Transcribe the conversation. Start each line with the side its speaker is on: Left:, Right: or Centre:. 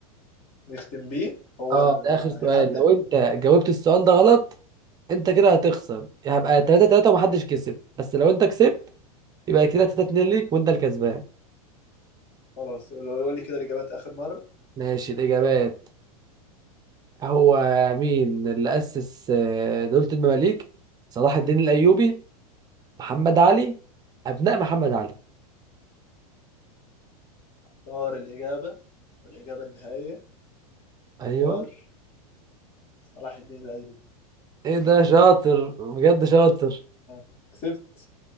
Left: نختم بيه هو
Right: اه
Left: اللي
Right: ده آخر سؤال
Left: هيحدد
Right: لو أنت جاوبت السؤال ده غلط أنت كده هتخسر هبقى 3 3 ومحدش كسب بس لو أنت كسبت يبقى كده 3 2 ليك وأنت الكسبان
Left: خلاص لو يقول لي كده الإجابات آخر مرة
Right: ماشي الإجابات هو مين اللي أسس آه، دولة المماليك؟ صلاح الدين الأيوبي محمد علي أبناء محمد علي
Left: طار الإجابة والإجابة النهائية
Right: أيوه
Left: طار صلاح الدين الأيوبي
Right: إيه ده شاطر بجد شاطر
Left: آه، كسبت